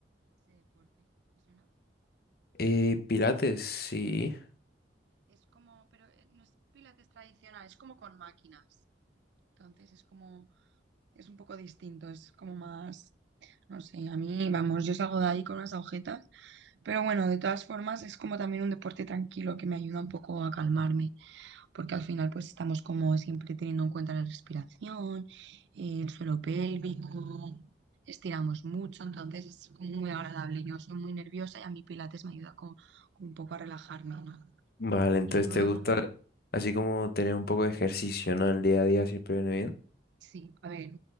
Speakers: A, on the right; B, on the left.
A: ese deporte, ¿te suena?
B: Eh, pilates, sí.
A: Es como, pero eh, no es pilates tradicional, es como con máquinas. Entonces es como, es un poco distinto, es como más, no sé, a mí, vamos, yo salgo de ahí con unas agujetas, pero bueno, de todas formas es como también un deporte tranquilo que me ayuda un poco a calmarme. porque al final pues estamos como siempre teniendo en cuenta la respiración, eh, el suelo pélvico, estiramos mucho, entonces es como muy agradable. Yo soy muy nerviosa y a mí Pilates me ayuda como, como un poco a relajarme, ¿no?
B: Vale, entonces
A: Y luego,
B: te gusta así como tener un poco de ejercicio, ¿no? El día a día siempre viene bien.
A: sí, a ver,